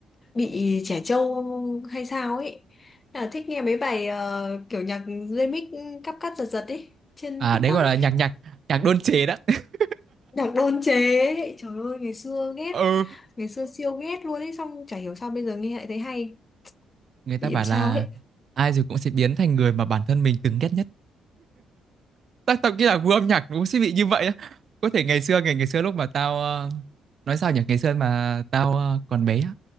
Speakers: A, on the left; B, on the right.
A: bị trẻ trâu hay sao ấy là thích nghe mấy bài ờ, kiểu nhạc remix cắp cắt giật giật ấy trên
B: à
A: TikTok
B: đấy gọi
A: ấy
B: là nhạc nhạc nhạc đôn chế đó <laughs>
A: nhạc đôn chế ấy. trời ơi ngày xưa ghét
B: ừ
A: ngày xưa siêu ghét luôn ấy xong chả hiểu sao bây giờ nghe lại thấy hay
B: người ta
A: bị
B: bảo
A: điểm sao
B: là
A: ấy
B: ai rồi cũng sẽ biến thành người mà bản thân mình từng ghét nhất tao tao nghĩ là gu âm nhạc nó cũng sẽ bị như vậy á có thể ngày xưa ngày ngày xưa lúc mà tao ờ, nói sao nhỉ ngày xưa mà tao ờ, còn bé á